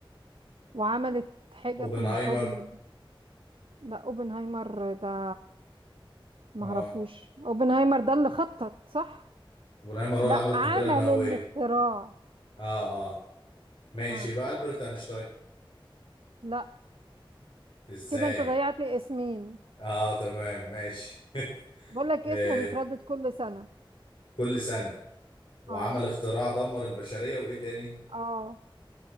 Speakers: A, on the right; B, on the left.
A: وعملت حاجة
B: اوبنهايمر
A: في المقابل لا اوبنهايمر ده معرفوش
B: اه
A: اوبنهايمر ده اللي خطط صح؟
B: اوبنهايمر هو
A: لا
B: اللي عمل القنبله
A: عمل
B: النوويه
A: الاختراع
B: اه اه ماشي
A: ها
B: يبقى البرت اينشتاين
A: لا
B: ازاي
A: كده انت ضيعت اسمين
B: اه تمام ماشي <laughs>
A: بقول لك
B: آه.
A: اسمه بيتردد كل سنة
B: كل سنه وعمل
A: اه
B: اختراع دمر البشريه وايه تاني
A: اه